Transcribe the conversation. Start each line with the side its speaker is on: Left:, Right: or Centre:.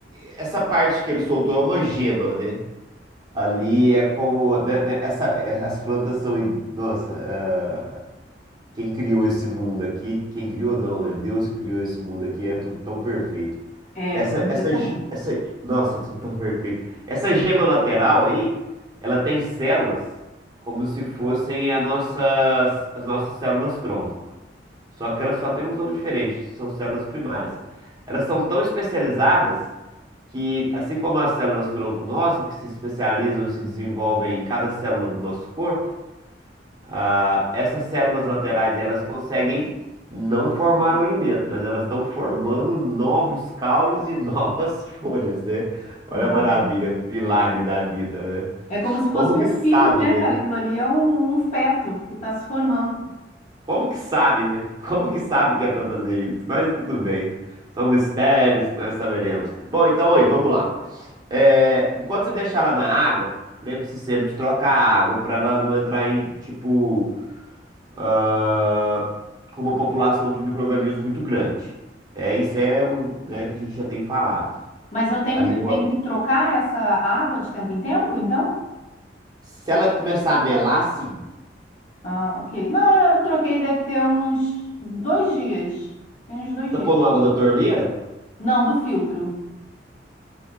Right: e- essa parte que ele soltou é uma gema, né? Ali é como, né, né, essa, eh, as plantas são, in- nossa, ah, quem criou esse mundo aqui, quem criou não, né? Deus que criou esse mundo aqui é tudo tão perfeito.
Left: É,
Right: Essa,
Left: impressionante.
Right: essa, ge- essa, nossa, é tudo tão perfeito. Essa gema lateral aí, ela tem células como se fossem a nossas, as nossas células tronco. Só que elas só têm uns nomes diferentes, são células primárias. Elas são tão especializadas que, assim como as células tronco nossa, que se especializam e se desenvolvem em cada célula do nosso corpo, ah, essas células laterais, elas conseguem não formar o alimento, mas elas estão formando novos caules e <laughs> novas folhas, né? Olha
Left: Uau.
Right: a maravilha, milagre da vida, né?
Left: É como se
Right: Como
Left: fosse
Right: que
Left: um
Right: sabe,
Left: filho, né,
Right: né?
Left: cara? Aquilo ali é um, um feto que está se formando.
Right: Como que sabe, né? Como que sabe que é para fazer isso? Mas tudo bem. São mistérios que nós saberemos. Bom, então aí, vamos lá. É, enquanto você deixar ela na água, lembre-se sempre de trocar a água para ela não entrar em, tipo, ah, com uma população de micro-organismos muito grande. É, isso é o, né, que a gente já tem falado.
Left: Mas eu tenho,
Right: Ali
Left: eu
Right: pode-
Left: tenho que trocar essa água de tempo em tempo, então?
Right: Se ela começar a melar, sim.
Left: Ah, ok. Não, eu troquei, deve ter uns dois dias. Tem uns dois
Right: Você Tá
Left: dias.
Right: pondo água da torneira?
Left: Não, do filtro.